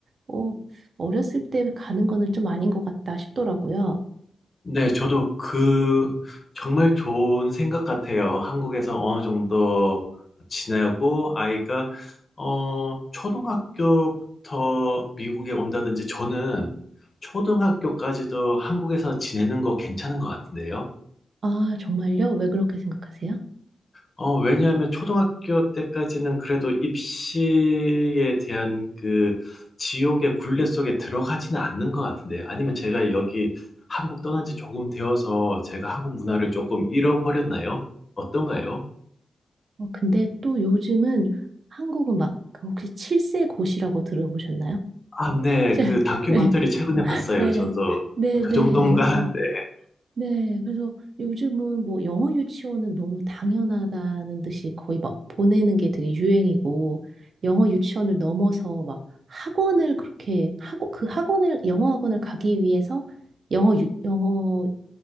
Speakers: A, on the right (about 55°); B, on the left (about 30°).
A: 어, 어렸을 때 가는 거는 좀 아닌 것 같다 싶더라고요.
B: 네, 저도 그 정말 좋은 생각 같아요. 한국에서 어느 정도 지내고 아이가 어 초등학교부터 미국에 온다든지 저는 초등학교까지도 한국에서 지내는 거 괜찮은 것 같은데요.
A: 아, 정말요? 왜 그렇게 생각하세요?
B: 어, 왜냐하면 초등학교 때까지는 그래도 입시에 대한 그 지옥의 굴레 속에 들어가지는 않는 것 같은데, 아니면 제가 여기 한국 떠난 지 조금 되어서 제가 한국 문화를 조금 잃어버렸나요? 어떤가요?
A: 어, 근데 또 요즘은 한국은 막 그 혹시 칠세 고시라고 들어보셨나요?
B: 아, 네.
A: 칠-
B: 그 다큐멘터리
A: <laughs> 네,
B: 최근에 봤어요.
A: 네,
B: 저도.
A: 네,
B: 저
A: 네.
B: 정도인가?
A: 그래서
B: 네.
A: 네, 그래서 요즘은 뭐 영어 유치원은 너무 당연하다는 듯이 거의 막 보내는 게 되게 유행이고 영어 유치원을 넘어서 막 학원을 그렇게 하고 그 학원을 영어 학원을 가기 위해서 영어 유, 영어